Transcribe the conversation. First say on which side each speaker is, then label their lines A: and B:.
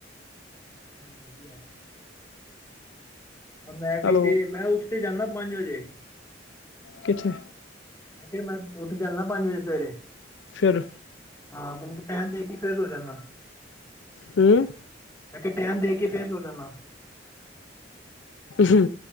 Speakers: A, on the left; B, on the left.
A: ਵਧੀਆ ਮੈਂ ਵੀ
B: ਹੈਲੋ
A: ਤੇ ਮੈਂ ਉਸ ਤੇ ਜਾਂਨਾ ਪੰਜ ਵਜੇ।
B: ਕਿੱਥੇ।
A: ਮੈਂ ਕਿਆ ਮੈਂ ਉੱਠ ਜਾਨਾ ਪੰਜ ਵਜੇ ਸਵੇਰੇ
B: ਫਿਰ
A: ਹਾਂ ਮ ਟੈਮ ਦੇ ਕੇ ਫੇਰ ਸੋ ਜਾਂਨਾ
B: ਹੂੰ
A: ਮੈਂ ਕਾ ਟੈਮ ਦੇ ਕੇ ਫੇਰ ਸੋ ਜਾਨਾ
B: ਹੂੰ